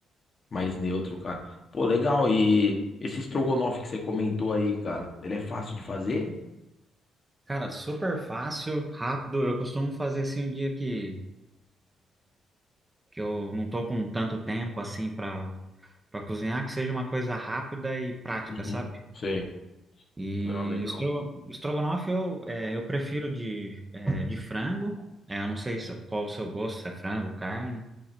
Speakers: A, on the left (about 45°); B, on the right (about 15°).
A: mais neutro, cara. Pô, legal, e esse estrogonofe que você comentou aí, cara, ele é fácil de fazer?
B: Cara, super fácil, rápido. Eu costumo fazer assim um dia que, que eu não tô com tanto tempo assim para para cozinhar, que seja uma coisa rápida e prática,
A: Uhum.
B: sabe?
A: Sei.
B: E
A: Não, legal,
B: estro- estrogonofe eu, é, eu prefiro de, é, de frango. É, eu não sei se- qual o seu gosto, se é frango, carne.